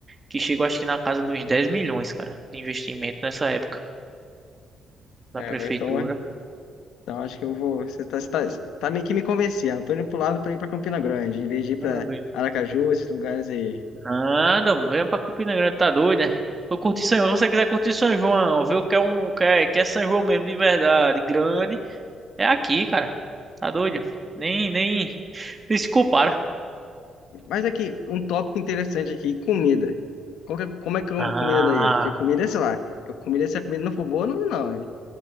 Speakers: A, on the right; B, on the left.
A: que chegou acho que na casa de uns 10 milhões, cara, de investimento nessa época da
B: É,
A: prefeitura.
B: ou então, Então acho que eu vou. Você tá, você tá, tá meio que me convencendo. Tô indo pro lado pra ir pra Campina Grande, em vez de ir pra
A: Hum,
B: Aracaju, esses lugares aí.
A: Nada, mano. venha pra Campina Grande, tá doido, né? Vou curtir São João. Se você quiser curtir São João, ver o que é um, o que é, que é São João mesmo, de verdade, grande, é aqui, cara. Tá doido? Nem, nem, nem se compara.
B: Mas aqui, um tópico interessante aqui, comida. Qual que é- como é que é
A: Ah,
B: a comida daí? Porque comida é, sei lá, eu comida, se a comida não for boa, eu não vou não, hein?